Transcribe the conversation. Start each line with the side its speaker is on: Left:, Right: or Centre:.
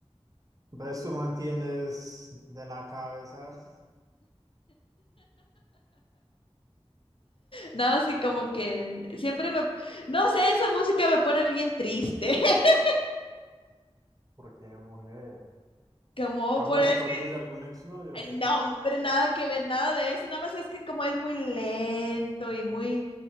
Right: Entonces tú mantienes de la cabeza, <laughs>
Left: Nada más que como que en- siempre me, no sé, esa música me pone bien triste. <laughs>
Right: porque mujer.
Left: Como
Right: ¿A los
Left: por
Right: recuerdos
Left: eso
Right: de algún exnovio o qué?
Left: No, hombre, nada que ver, nada de eso. Nada más es que como es muy lento y muy,